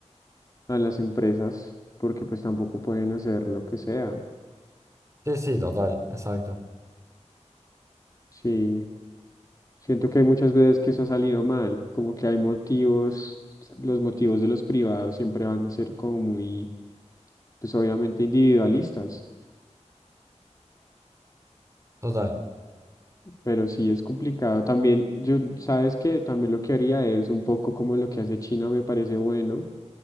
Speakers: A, on the left; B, on the right.
A: a las empresas, porque pues tampoco pueden hacer lo que sea.
B: Sí, sí, total, exacto.
A: Sí, siento que hay muchas veces que eso ha salido mal, como que hay motivos, los motivos de los privados siempre van a ser como muy, pues obviamente individualistas.
B: Total,
A: Pero sí es complicado. También, yo, sabes que también lo que haría es un poco como lo que hace China, me parece bueno,